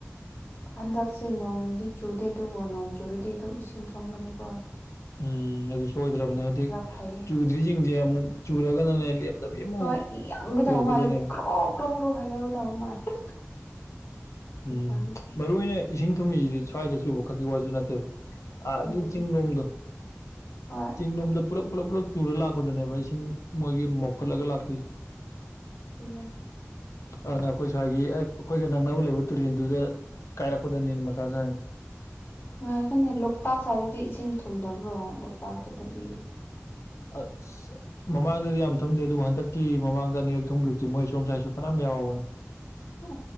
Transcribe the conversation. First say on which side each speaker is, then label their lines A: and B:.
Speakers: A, on the left; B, on the left.
A: ꯍꯟꯗꯛꯁꯦ ꯅꯣꯡꯗꯤ ꯆꯨꯗꯦ ꯑꯗꯨꯕꯨ ꯅꯣꯡ ꯆꯨꯔꯗꯤ ꯑꯗꯨꯝ ꯏꯁꯤꯡ ꯊꯣꯡꯒꯅꯤꯀꯣ
B: ꯎꯝ ꯑꯗꯨ ꯁꯣꯏꯗ꯭ꯔꯕꯅꯦ ꯍꯧꯖꯤꯛ
A: ꯐꯩꯌꯦ
B: ꯆꯨꯗ꯭ꯔꯤꯁꯤꯡꯁꯦ ꯑꯃꯨꯛ ꯆꯨꯔꯒꯅꯅꯦ ꯂꯦꯞꯇꯕꯤ ꯑꯃꯨꯛ
A: ꯍꯣꯏ ꯌꯥꯝꯒꯗꯕ
B: ꯆꯨꯔꯛꯀꯗꯣꯏꯅꯦꯕ
A: ꯃꯥꯜꯂꯦ ꯒ꯭ꯔꯣ ꯒ꯭ꯔꯣ ꯒ꯭ꯔꯣ ꯍꯥꯏꯗꯧꯒꯗꯧꯕ ꯃꯥꯜꯂꯦ ꯌꯦꯟꯁꯥꯡꯗꯨꯗꯤ
B: ꯎꯝ ꯃꯔꯨ ꯑꯣꯏꯅ ꯏꯁꯤꯡ ꯊꯨꯝꯃꯤꯁꯤꯗꯤ ꯁ꯭ꯋꯥꯏꯗ ꯆꯨꯕ ꯈꯛꯀꯤ ꯋꯥꯁꯨ ꯅꯠꯇꯦꯕ ꯑꯒꯤ
A: ꯎꯝ
B: ꯆꯤꯡꯂꯣꯝꯗꯣ
A: ꯍꯣꯏ
B: ꯆꯤꯡꯂꯣꯝꯗ ꯄꯨꯂ ꯄꯨ ꯄꯨꯂꯞ ꯆꯨꯔ ꯂꯥꯛꯄꯗꯅꯦꯕ ꯏꯁꯤꯡ ꯃꯣꯏꯒꯤ ꯃꯧꯈꯠꯂꯒ ꯂꯥꯛꯇꯣꯏꯁꯦ
A: ꯇꯟꯅ
B: ꯑꯗꯨꯅ ꯑꯩꯈꯣꯏ ꯁ꯭ꯋꯥꯏꯒꯤ ꯑꯩꯈꯣꯏꯒ ꯅꯪꯅꯕ ꯂꯩꯕ ꯇꯨꯔꯦꯟꯗꯨꯗ ꯀꯥꯏꯔꯛꯄꯗꯅꯦꯅ ꯃꯊꯥ ꯆꯥꯏꯔꯤꯁꯦ
A: ꯑꯩꯈꯣꯏꯅꯦ ꯂꯣꯛꯇꯥꯛ ꯁ꯭ꯋꯥꯏꯗꯗꯤ ꯏꯁꯤꯡ ꯊꯨꯝꯗꯕ꯭ꯔꯣ ꯂꯣꯛꯇꯥꯛꯇꯨꯗꯗꯤ
B: ꯑꯁ ꯃꯃꯥꯡꯗꯗꯤ ꯌꯥꯝ ꯊꯨꯝꯗꯦ ꯑꯗꯨꯕꯨ ꯍꯟꯗꯛꯀꯤ ꯃꯃꯥꯡꯗ ꯑꯅꯤꯔꯛ ꯊꯨꯝꯈꯤꯕꯗꯤ ꯃꯣꯏ ꯁꯣꯝ ꯁꯁꯥꯏꯁꯨ ꯐꯅ ꯌꯥꯎ <inaudible>
A: ꯎ